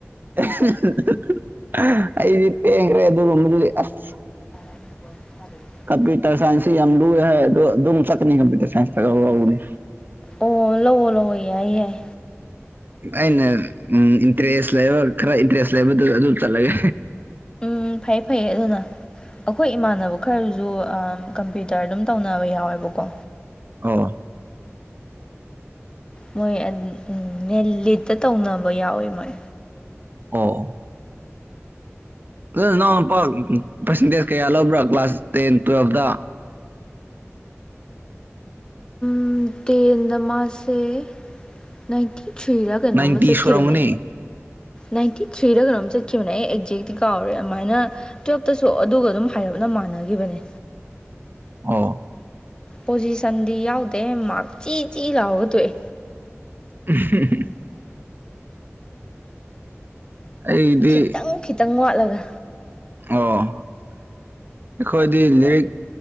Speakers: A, on the right; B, on the left.
A: <unintelligible> ꯑꯩꯗꯤ ꯄꯦꯡ ꯒ꯭ꯔꯦ ꯑꯗꯨꯒꯨꯝꯕꯗꯨꯗꯤ ꯑꯁ
B: <unintelligible>
A: ꯀꯝꯄꯌꯨꯇꯔ ꯁꯥꯏꯟꯁꯁꯤ ꯌꯥꯝ ꯂꯨꯏ ꯍꯥꯏ ꯑꯗꯨ ꯑꯗꯨꯝ ꯆꯠꯀꯅꯤ ꯀꯝꯄꯌꯨꯇꯔ ꯁꯥꯏꯟꯁꯇ ꯂꯧꯂꯧꯅꯤ
B: ꯑꯣ ꯂꯧꯋꯣ ꯂꯧꯋꯣ ꯌꯥꯏ ꯌꯥꯏ
A: ꯑꯩꯅ ꯎꯝ ꯏꯟꯇꯔꯦꯁ ꯂꯩꯕ ꯈꯔ ꯏꯟꯇꯔꯦꯁ ꯂꯩꯕꯗꯨ ꯑꯗꯨ ꯆꯠꯂꯒꯦ
B: ꯎꯝ ꯐꯩꯌꯦ ꯐꯩꯌꯦ ꯑꯗꯨꯅ ꯑꯩꯈꯣꯏ ꯏꯃꯥꯟꯅꯕ ꯈꯔꯁꯨ ꯑꯥ ꯀꯝꯄ꯭ꯌꯨꯇꯔ ꯑꯗꯨꯝ ꯇꯧꯅꯕ ꯌꯥꯎꯋꯦꯕꯀꯣ
A: ꯑꯣ
B: ꯃꯣꯏ ꯑ ꯥ ꯎꯝ ꯅꯦꯂꯤꯠꯇ ꯇꯧꯅꯕ ꯌꯥꯎꯋꯤ ꯃꯣꯏ
A: ꯑꯣ ꯅꯣꯏ ꯅꯥꯎ ꯅꯄꯥ ꯄꯥꯔꯁꯦꯟꯇꯦꯖ ꯀꯌꯥ ꯂꯧꯕ꯭ꯔꯥ ꯀ꯭ꯂꯥꯁ ꯇꯦꯟ ꯇꯨꯋꯦꯜꯕꯇ
B: ꯎꯝ ꯇꯦꯟꯗ ꯃꯥꯁꯦ ꯅꯥꯏꯟꯇꯤ ꯊ꯭ꯔꯤꯔꯥ ꯀꯩꯅꯣꯝꯃ
A: ꯅꯥꯏꯟꯇꯤ
B: ꯆꯠꯈꯤꯕꯅꯦ
A: ꯁꯨꯔꯝꯒꯅꯤ
B: ꯅꯥꯏꯟꯇꯤ ꯊ꯭ꯔꯤꯔꯥ ꯀꯩꯅꯣꯝ ꯆꯠꯈꯤꯕꯅꯦ ꯑꯩ ꯑꯦꯛꯖꯦꯛꯇꯤ ꯀꯥꯎꯔꯦ ꯑꯗꯨꯃꯥꯏꯅ ꯇꯨꯋꯦꯞꯇꯁꯨ ꯑꯗꯨꯒ ꯑꯗꯨꯝ ꯍꯥꯏꯔꯞꯅ ꯃꯥꯟꯅꯈꯤꯕꯅꯦ
A: ꯑꯣ
B: ꯄꯣꯖꯤꯁꯟꯗꯤ ꯌꯥꯎꯗꯦ ꯃꯥꯔꯛ ꯆꯤ ꯆꯤ ꯂꯥꯎꯔꯥ ꯇꯣꯛꯑꯦ
A: <unintelligible> ꯑꯩꯗꯤ
B: ꯈꯤꯇꯪ ꯈꯤꯇꯪ ꯋꯥꯠꯂꯒ
A: ꯑꯣ ꯑꯩꯈꯣꯏꯗꯤ ꯂꯥꯏꯔꯤꯛ